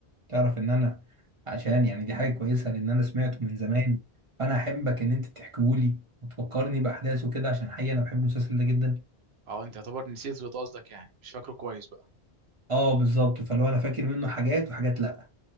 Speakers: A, on the right; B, on the right.
A: تعرف ان انا عشان يعني دي حاجه كويسه لان انا سمعته من زمان فانا احبك ان انت تحكيهولي وتفكرني باحداثه كده عشان حقيقه انا بحب المسلسل ده جدا
B: اه انت يعتبر نسيت اللي قصدك يعني مش فاكره كويس بقى
A: اه بالظبط فلو انا فاكر منه حاجات وحاجات لا